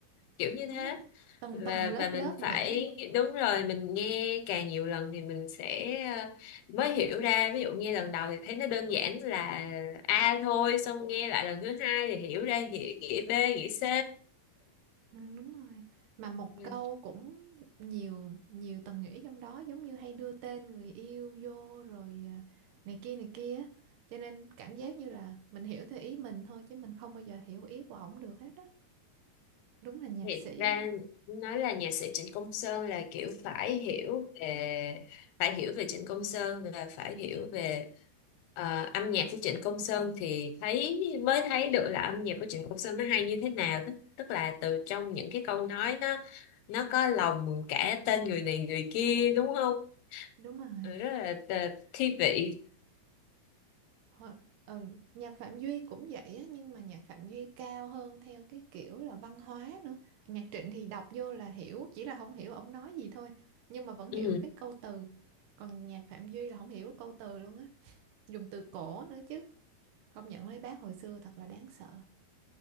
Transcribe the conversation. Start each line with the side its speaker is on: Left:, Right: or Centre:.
Left: kiểu như thế
Right: đúng rồi tầng
Left: và
Right: tầng lớp
Left: và mình
Right: lớp nghĩa
Left: phải
Right: luôn
Left: đúng rồi mình nghe càng nhiều lần thì mình sẽ ờ, mới hiểu ra ví dụ nghe lần đầu thì thấy nó đơn giản là A thôi xong nghe lại lần thứ hai thì hiểu ra nghĩa, nghĩa B nghĩa C
Right: ừ, đúng rồi mà một
Left: Ừ.
Right: câu cũng nhiều nhiều tầng nghĩa trong đó giống như hay đưa tên người yêu vô rồi à, này kia này kia á. cho nên cảm giác như là mình hiểu theo ý mình thôi chứ mình không bao giờ hiểu ý của ổng được hết á đúng là nhạc
Left: thiệt
Right: sĩ
Left: ra
Right: luôn
Left: nói là nhạc sĩ Trịnh Công Sơn là kiểu phải hiểu về phải hiểu về Trịnh Công Sơn và phải hiểu về ờ, âm nhạc của Trịnh Công Sơn thì thấy mới thấy được là âm nhạc của Trịnh Công Sơn nó hay như thế nào tức tức là từ trong những cái câu nói nó nó có lòng cả tên người này người kia đúng không
Right: đúng rồi
Left: Ừ, rất là ờ, thi vị
Right: Hồi- Ừ, nhạc Phạm Duy cũng vậy á, nhưng mà nhạc Phạm Duy cao hơn theo cái kiểu là văn hóa nữa. Nhạc Trịnh thì đọc vô là hiểu, chỉ là không hiểu ổng nói gì thôi, nhưng mà vẫn
Left: Ừ,
Right: hiểu cái câu từ. Còn nhạc Phạm Duy là không hiểu câu từ luôn á, dùng từ cổ nữa chứ. Công nhận mấy bác hồi xưa thật là đáng sợ.